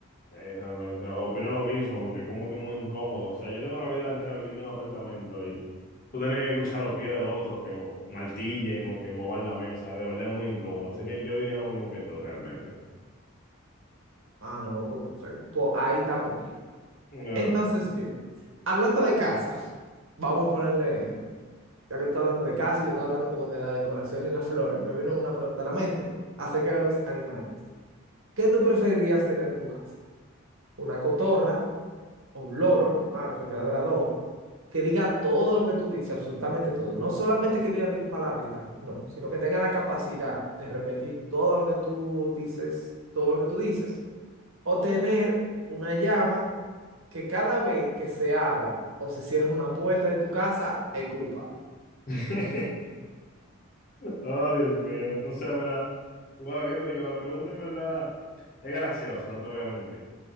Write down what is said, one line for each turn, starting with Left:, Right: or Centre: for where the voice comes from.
Left: Sí, realmente, opino lo mismo porque es como que muy incómodo. O sea, yo tengo la vida entera viviendo en un apartamento y tú tienes que escuchar los pies del otro que o, martillen o que muevan la mesa. De verdad es muy incómodo. Así que yo diría lo mismo que tú realmente.
Right: Ah, no, pues perfecto. Pues ahí estamos bien.
Left: Ok.
Right: Entonces, bien, hablando de casa, vamos a ponerle, ya que tú estás hablando de casa y yo estoy hablando como de la decoración y las flores, me vino una pregunta a la mente acerca de los animales. ¿Qué tú preferirías tener en tu casa? ¿Una cotorra? o un loro, Marco, que era de las dos, que diga todo lo que tú dices, absolutamente todo. No solamente que diga de qué palabrita, no, sino que tenga la capacidad de repetir todo lo que tú dices, todo lo que tú dices, o tener una llama que cada vez que se abra o se cierra una puerta de tu casa, escupa,
Left: <laughs> Oh, Dios mío. O sea, mira, bueno, ¿qué te digo? La pregunta en verdad es graciosa, no te voy a mentir.